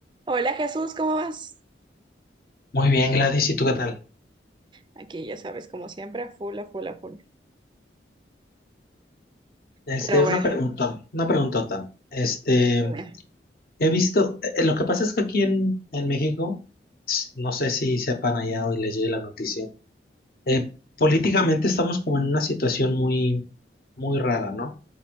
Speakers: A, on the right; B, on the left.
A: Hola Jesús, ¿cómo vas?
B: Muy bien, Gladys, ¿y tú qué tal?
A: Aquí ya sabes, como siempre, a full, a full, a full.
B: Este,
A: Pero bueno,
B: una pregunta, una preguntota. Este,
A: dime.
B: he visto, eh, eh, lo que pasa es que aquí en, en México, s- no sé si sepan allá hoy les llegue la noticia, eh, políticamente estamos como en una situación muy, muy rara, ¿no?